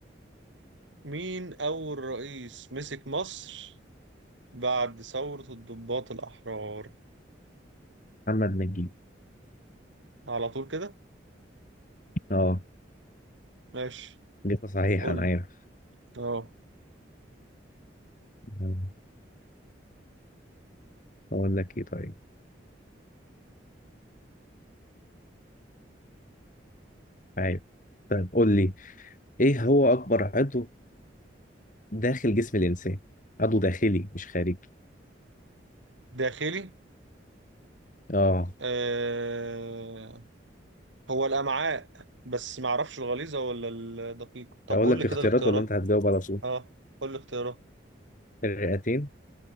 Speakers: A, on the right (about 80°); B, on the left (about 45°).
A: مين اول رئيس مسك مصر بعد ثورة الضباط الأحرار
B: محمد نجيب
A: على طول كده
B: اه
A: ماشي
B: إجابة صحيحة
A: قول
B: أنا
A: لي
B: عارف
A: اه
B: آه، أقول لك إيه طيب عارف طيب قول لي إيه هو أكبر عضو داخل جسم الإنسان عضو داخلي مش خارجي
A: داخلي
B: اه
A: آه هو الامعاء بس ما اعرفش الغليظه ولا الدقيقه طب
B: أقول
A: قول
B: لك
A: لي كده
B: اختيارات
A: الاختيارات
B: ولا أنت هتجاوب على طول
A: اه قول لي الاختيارات
B: الرئتين